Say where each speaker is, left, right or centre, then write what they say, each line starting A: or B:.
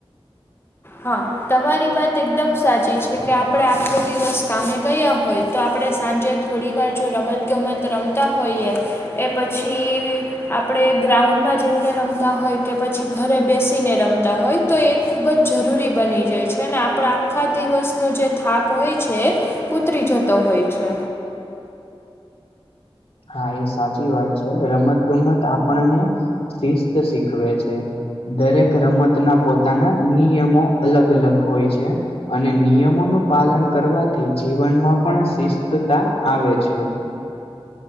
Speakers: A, on the left; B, on the left.
A: હા. તમારી વાત એકદમ સાચી છે કે આપણે આખો દિવસ કામે ગયા હોય તો આપણે સાંજે થોડી વાર જો રમતગમત રમતા હોઈએ એ પછી આપણે ગ્રાઉન્ડમાં જઈને રમતા હોય કે પછી ઘરે બેસીને રમતા હોય તો એ ખૂબ જ જરૂરી બની જાય છે અને આપણા આખા દિવસનો જે થાક હોય છે. ઉતરી જતો હોય છે.
B: હા એ સાચી વાત છે રમત ગમત આપણને શિસ્ત શીખવે છે. દરેક રમતના પોતાના નિયમો અલગ અલગ હોય છે. અને નિયમોનું પાલન કરવાથી જીવનમાં પણ શિસ્તતા આવે છે.